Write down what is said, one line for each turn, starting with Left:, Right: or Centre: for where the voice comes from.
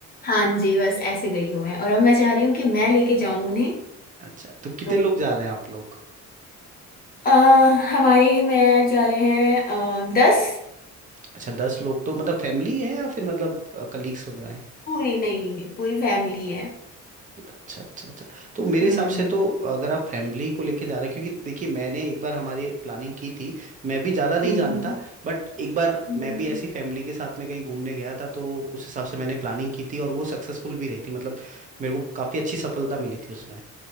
Left: हाँ जी बस ऐसे गई हूँ मैं और अब मैं चाह रही हूँ कि मैं लेके जाऊं उन्हें
Right: अच्छा तो कितने
Left: तो
Right: लोग जा रहे हैं आप लोग
Left: अ, हमारे में जा रहे हैं आ, दस
Right: अच्छा दस लोग तो मतलब फैमिली है या फिर मतलब कलीग्स वगैरह हैं?
Left: पूरी नहीं नहीं नहीं पूरी फैमिली है
Right: अच्छा अच्छा अच्छा तो मेरे
Left: हम्म
Right: हिसाब से तो अगर आप फैमिली को लेके जा रहे हैं क्योंकि देखिए मैंने एक बार हमारे प्लानिंग की थी मैं भी ज़्यादा नहीं
Left: हम्म
Right: हम्म। जानता
Left: हम्म।
Right: बट एक बार
Left: हम्म।
Right: मैं भी ऐसी फैमिली के साथ में कहीं घूमने गया था तो उस हिसाब से मैंने प्लानिंग की थी और वो सक्सेसफुल भी रही थी मतलब मेरे को काफ़ी अच्छी सफलता मिली थी उसमें